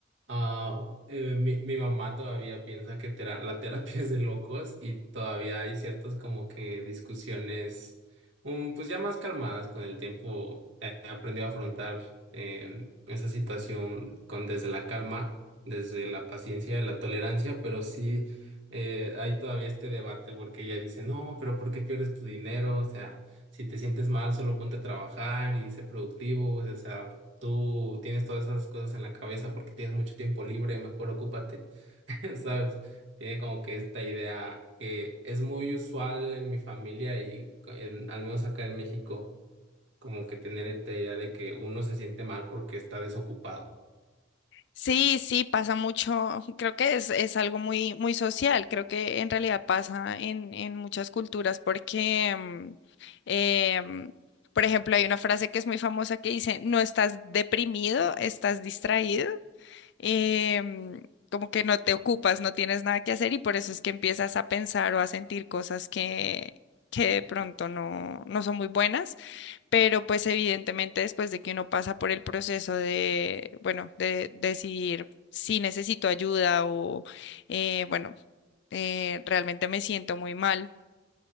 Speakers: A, on the right (about 65°); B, on the left (about 55°).
A: Ah, eh, mi, mi mamá todavía piensa que tera- la terapia es de locos y todavía hay ciertas como que discusiones, um, pues ya más calmadas con el tiempo. eh, He aprendido a afrontar eh, esa situación con desde la calma, desde la paciencia y la tolerancia, pero sí eh, hay todavía este debate porque ella dice, no, pero ¿por qué pierdes tu dinero? O sea, si te sientes mal, solo ponte a trabajar y sé productivo, o sea tú tienes todas esas cosas en la cabeza porque tienes mucho tiempo libre, mejor ocúpate, <laughs> ¿sabes? Tiene como que esta idea que es muy usual en mi familia y co- en- al menos acá en México, como que tener esta idea de que uno se siente mal porque está desocupado.
B: Sí, sí, pasa mucho. <laughs> Creo que es, es algo muy, muy social. Creo que en realidad pasa en, en muchas culturas porque, mm, em, por ejemplo, hay una frase que es muy famosa que dice, no estás deprimido, estás distraído. Em, como que no te ocupas, no tienes nada que hacer y por eso es que empiezas a pensar o a sentir cosas que, que de pronto no, no son muy buenas. Pero pues evidentemente después de que uno pasa por el proceso de, bueno, de decidir si necesito ayuda o, eh, bueno, eh, realmente me siento muy mal,